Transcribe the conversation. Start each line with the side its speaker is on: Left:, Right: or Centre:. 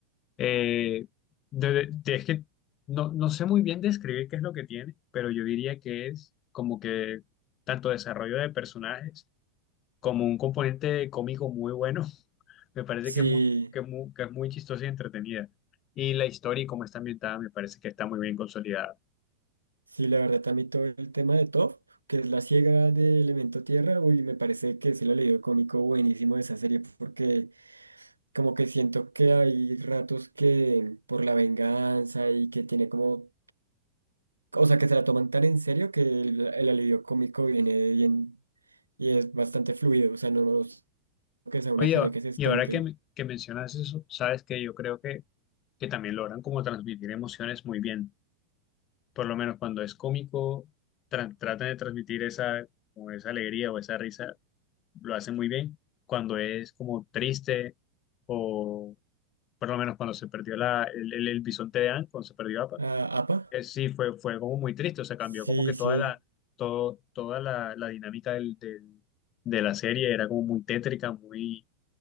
Left: eh, de- de- de- es que no, no sé muy bien describir qué es lo que tiene, pero yo diría que es como que tanto desarrollo de personajes, como un componente cómico muy bueno. <laughs> Me parece
Right: Sí,
Left: que es muy, que es muy, que es muy chistosa y entretenida. Y la historia y cómo está ambientada me parece que está muy bien consolidada.
Right: sí, la verdad también todo el tema de Toph, que es la ciega de Elemento Tierra, uy, me parece que es el alivio cómico buenísimo de esa serie, porque como que siento que hay ratos que por la venganza y que tiene como, o sea, que se la toman tan en serio que el, el alivio cómico viene bien y es bastante fluido, o sea, no, no es que sea una
Left: Oye,
Right: serie que se estanque
Left: y ahora que, me- que mencionas eso, sabes que yo creo que, que también logran como transmitir emociones muy bien. Por lo menos cuando es cómico, tra- tratan de transmitir esa, como esa alegría o esa risa, lo hacen muy bien. Cuando es como triste o por lo menos cuando se perdió la, el, el, el bisonte de Anne, cuando se perdió Appa
Right: Ah, ¿APA?
Left: Eh, Sí, fue, fue como muy triste, o sea, cambió
Right: Sí,
Left: como que toda
Right: sí.
Left: la, todo, toda la, la dinámica del, del- de la serie era como muy tétrica, muy,